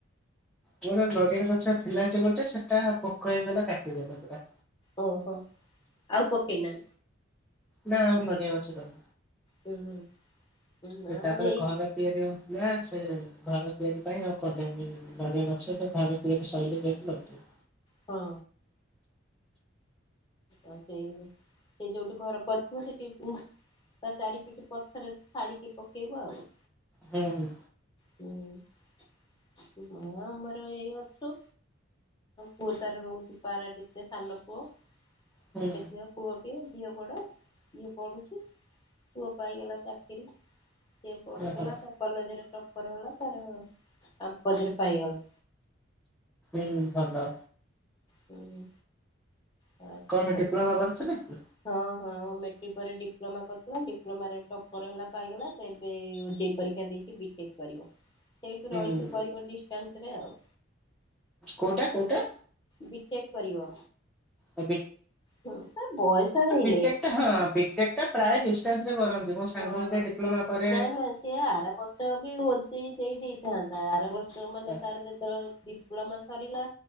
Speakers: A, in the centre; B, on the left.
A: ମୋର ନଡ଼ିଆ ଗଛ ଥିଲା ଯେ ଗୋଟେ ସେଟା ପୋକ ହେଇଗଲା କାଟିଦେଲା ପୁରା।
B: ଓହୋ ଆଉ ପକେଇ ନା?
A: ନା ଆଉ ନଡ଼ିଆ ଗଛ ରହି
B: ହୁଁ ହୁଁ ନା
A: ନି। ତାପରେ
B: ମୁଁ ଏଇ
A: ଘର ତିଆରି ହୋଉଚି। ନା ସେ ଘର ତିଆରି ପାଇଁ ଆଉ କଲେଣିି ନଡ଼ିଆ ଗଛ ତ ଘର ତିଆରି ସରିଲେ ଯାଇକି ଆଉ।
B: ହଁ। ଆଉ ସେଇ ସେ ଯୋଉଠି ଘର କରିଥିବ ସେଠି ତା ଚାରିପିଠ ପଥର ଛାଡିକି ପକେଇବ ଆଉ।
A: ହୁଁ।
B: ହୁଁ ମା ଆମର ଏଇ ଅଛୁ ପୁଅ ତାର ରହୁଛି ପାରାଦୀପ ରେ ରହୁଛି ସାନ ପୁଅ।
A: ହୁଁ
B: <unintelligible> ପୁଅ ଝିଅ ବଡ଼ ଝିଅ ପଢୁଛି ପୁଅ ପାଇଗଲା ଚାକିରି। ସିଏ ପଢୁଥିଲା
A: ଓହୋ
B: ତା କଲେଜରେ ଟପର ହେଲା ତାର ଆମ୍ପତିରେ ପାଇଗଲା।
A: ହୁଁ ଭଲ।
B: ହୁଁ। ହ
A: କଣ
B: ହଁ
A: ଡିପ୍ଲୋମା କରିଥିଲେ କି?
B: ହଁ। ଡିପ୍ଲୋମା କରିଥିଲା ଡିପ୍ଲୋମାରେ ଟପର ହେଲା ପାଇଗଲା ତ ଏବେ ଓଜେଇ ପରୀକ୍ଷା ଦେଇକି ବିଟେକ୍ କରିବ। ସେଇଠୁ
A: ହୁଁ
B: ରହିକି କରିବ ବ୍ୟାଙ୍କ ରେ ଆଉ।
A: କୋଉଟା କୋଉଟା।
B: ବିଟେକ୍ କରିବ।
A: େ
B: ହୁଁ ତାର ବୟସ ହେଇନି
A: ବିଟେକ ହଁ ବିଟଟେକ ଟା ପ୍ରାୟ ଚା କରନ୍ତି। ମୋ ସାଙ୍ଗ
B: ହଁ
A: ଏବେ ଡିପ୍ଲୋମା ପରେ
B: ନା ନା ସେ ଆର ବର୍ଷ ବି ଓଜେଇ ଦେଇ ଦେଇଥାନ୍ତା ଆର ବର୍ଷ ମାନେ
A: ହୁଁ
B: ତାର ଯେତେବେଳେ ଡିପ୍ଲମା ସରୀଲା